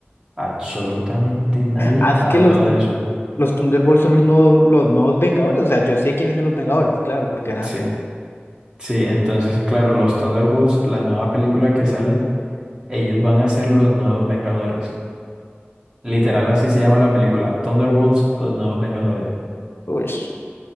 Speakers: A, on the right (about 20°); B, on the left (about 65°).
A: Absolutamente nadie
B: Ah, Es
A: ha
B: que
A: hablado
B: los,
A: de eso.
B: los Thunderbolts son los nuevos, los nuevos Vengadores, o sea, yo sé quiénes son los Vengadores, claro, porque ah,
A: Sí, sí, entonces, claro, los Thunderbolts, la nueva película que sale, ellos van a ser los nuevos Vengadores. Literal, así se llama la película, Thunderbolts, los nuevos Vengadores.
B: uy, ese